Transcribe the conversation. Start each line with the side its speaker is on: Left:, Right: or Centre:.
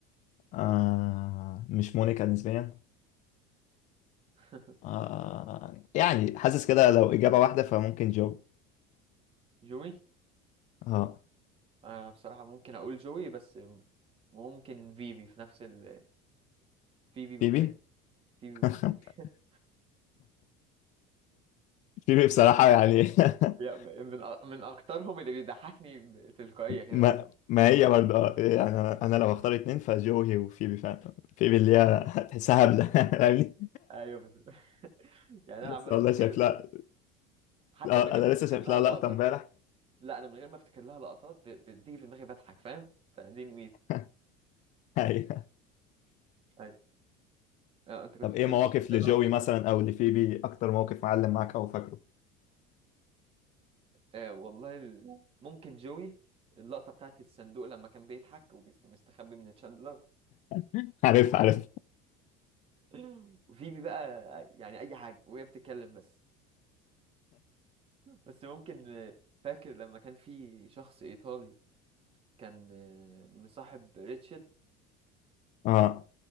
Left: آه مش مونيكا نسبيا
Right: <laughs>
Left: آه يعني حاسس كده لو إجابة واحدة فممكن جو
Right: جوي
Left: اه
Right: آه بصراحة ممكن أقول جوي بس ممكن فيبي في نفس ال فيبي بوفيه
Left: بيبي
Right: فيبي بوفيه
Left: <laughs>
Right: <laughs>
Left: بيبي بصراحة يعني <laughs>
Right: يعني من أ- من أكترهم اللي بيضحكني تلقائية كده
Left: ما
Right: فاهم
Left: ما هي برضه اه يعني أنا أنا لو هختار اتنين فجو هي وفيبي فاهم فيبي اللي هي <laughs> تحسها هبلة <laughs> فاهمني
Right: ايوه بس <laughs> يعني
Left: لسه
Right: انا عمال
Left: والله
Right: افتكر
Left: شايف لها
Right: حتى
Left: لا
Right: من غير
Left: أنا
Right: ما افتكر
Left: لسه شايف
Right: لها
Left: لها
Right: لقطه
Left: لقطة امبارح
Right: لا انا من غير ما افتكر لها لقطات ب- بتيجي في دماغي بضحك فاهم فدي الميزه
Left: <laughs> أيوه
Right: أيوه. اه انت كنت
Left: طب إيه
Right: بتقول
Left: مواقف
Right: لسه شايف
Left: لجوي
Right: لها لقطة إيه
Left: مثلا
Right: تاني
Left: أو لفيبي أكتر موقف معلم معاك أو فاكره
Right: اه والله ال... ممكن جوي اللقطة بتاعت الصندوق لما كان بيضحك ومستخبي من تشاندلر
Left: <laughs> عارف عارف
Right: <laughs> وفيبي بقى يعني أي حاجة وهي بتتكلم بس بس ممكن آه، فاكر لما كان في شخص إيطالي كان آه، مصاحب ريتشل
Left: اه